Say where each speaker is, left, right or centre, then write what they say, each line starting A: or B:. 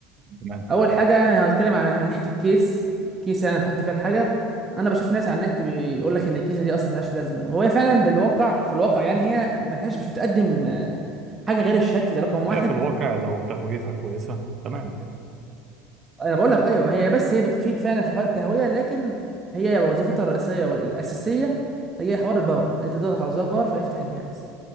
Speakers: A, on the right; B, on the right.
A: تمام
B: اول حاجه يعني هنتكلم على من ناحيه الكيس كيس يعني نحط فيها الحاجه انا بشوف ناس على النت بيقول لك ان الكيسه دي اصلا ملهاش لازمه وهي فعلا بالواقع في الواقع يعني هي ملهاش مش بتقدم آه، حاجه غير الشكل رقم واحد
A: هي في الواقع لو تهويتها كويسه تمام
B: انا بقول لك ايوه هي بس هي بتفيد فعلا في حوار التهويه لكن هي وظيفتها الرئيسيه والاساسيه هي حوار الباور يعني انت تضغط على زرار باور فيفتح الجهاز